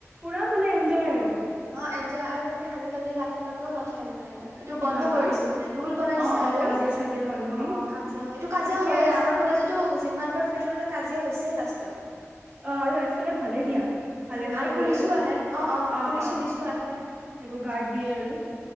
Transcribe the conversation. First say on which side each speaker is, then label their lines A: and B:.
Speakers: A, on the right (about 20°); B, on the right (about 70°).
A: পুৰা মানে এনজয় আৰু
B: অ এনজয় আৰু মানে আজিকালি ৰাতিলৈকেও নথয় মানে এইটো বন্ধ
A: হা হা
B: কৰি দিছে মানে ৰুল বনাই দিছে।
A: অ অ
B: আৰু
A: কাজিয়া চাজিয়া হয় বুলি
B: অ অ কাজিয়া হয়। এইটো কাজিয়া
A: ঠিকে
B: হয়য়েই।
A: আছে
B: আমাৰ কলেজতো যিমান বাৰ ফেচাচ কাজিয়া হৈছে লাষ্টত।
A: অ আৰু একফালে ভালেই দিয়া
B: উম
A: ভালে ভালে
B: আৰু পুলিচো
A: গলেও
B: আহে অ
A: আহ
B: পুলিচ
A: অ। সেইবোৰ
B: চুলিচো আহে
A: গাৰ্ড দিয়ে আৰু